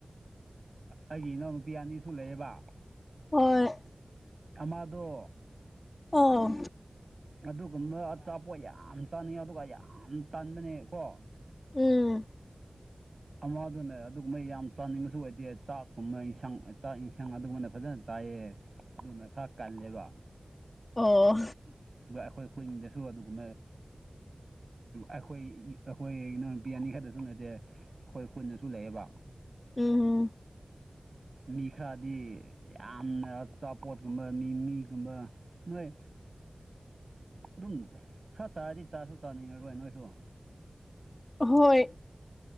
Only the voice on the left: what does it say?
ꯍꯣꯏ
ꯑꯣ
ꯎꯝ
ꯑꯣ
ꯎꯝ
<unintelligible>
ꯍꯣꯏ